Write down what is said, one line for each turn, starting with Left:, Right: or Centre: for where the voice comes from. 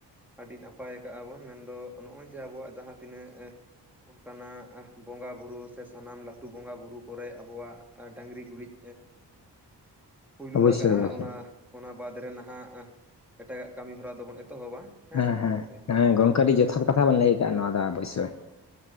Centre: ᱟᱹᱰᱤ ᱱᱟᱯᱟᱭ ᱟᱠᱟᱜᱼᱟ ᱵᱚᱱ ᱢᱮᱱᱫᱚ ᱱᱚᱜᱼᱚᱭ ᱡᱮᱹ ᱟᱵᱚᱣᱟᱜ ᱡᱟᱦᱟᱸᱛᱤᱱᱟᱹᱜ ᱚᱱᱠᱟᱱᱟᱜ ᱵᱚᱸᱜᱟ ᱵᱩᱨᱩ ᱥᱮ ᱥᱟᱱᱟᱢ ᱞᱟ ᱮᱠᱴᱩ ᱵᱚᱸᱜᱟ ᱵᱩᱨᱩ ᱠᱚᱨᱮ ᱟᱵᱚᱣᱟᱜ ᱰᱟᱝᱨᱤ ᱜᱩᱨᱤᱡ᱾ ᱯᱩᱭᱞᱩ
Left: ᱚᱵᱚᱥᱥᱳᱭ
Centre: ᱞᱟᱜᱟᱜᱼᱟ
Left: ᱚᱵᱚᱥᱥᱳᱭ
Centre: ᱚᱱᱟ, ᱚᱱᱟ ᱵᱟᱫᱽ ᱨᱮ ᱱᱟᱦᱟᱜ ᱮᱴᱟᱜᱟᱜ ᱠᱟᱹᱢᱤ ᱦᱚᱨᱟ ᱫᱚᱵᱚᱱ ᱮᱛᱚᱦᱚᱵᱟ᱾
Left: ᱦᱮᱸ
Centre: ᱥᱮ ᱵᱟᱝ
Left: ᱦᱮᱸ
Centre: ᱜᱚᱝᱠᱮ
Left: ᱦᱮᱸ ᱜᱚᱝᱠᱮ ᱟᱹᱰᱤ ᱡᱚᱛᱷᱟᱛ ᱠᱟᱛᱷᱟ ᱵᱚᱱ ᱞᱟᱹᱭ ᱟᱠᱟᱫ ᱱᱚᱣᱟ ᱫᱚ ᱚᱵᱚᱥᱳᱭ᱾